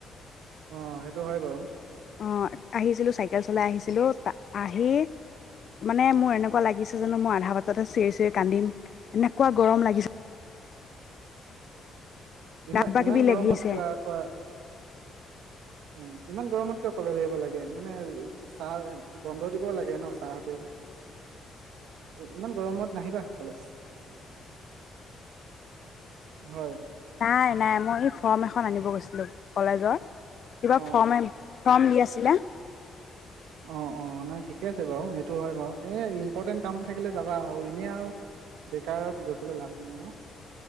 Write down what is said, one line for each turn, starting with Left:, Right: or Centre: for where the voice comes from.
Right: অ! সেইটো হয় বাৰু!
Left: অ! আহিছিলো চাইকেল চলাই আহিছিলো, তা আহি মানে মোৰ এনেকুৱা লাগিছে, জানো মই আধা বাটতে চিঞৰি চিঞৰি কান্দিম এনেকুৱা গৰম লাগিছে, গাত
Right: ইমান,
Left: কিবা
Right: ইমান
Left: কিবি লাগিছে
Right: গৰমত ক অ! ইমান গৰমত কিয় কলেজ আহিব লাগে? মানে চাৰ, বন্ধ দিব লাগে ন চাৰ হতেওঁ, ইমান গৰমত নাহিবা কলেজ। হয়!
Left: নাই নাই, মই ফৰ্ম এখন আনিব গৈছিলোঁ কলেজৰ, কিবা
Right: অ
Left: ফৰ্ম, ফৰ্ম দি আছিলে।
Right: অঁ-অঁ, নাই ঠিকে আছে বাৰু সেইটো হয় বাৰু, এই ইম্পৰ্টেণ্ট কাম থাকিলে যাবা আৰু এনেই আৰু বেকাৰত গৈ পেলাই লাভ নাই ন!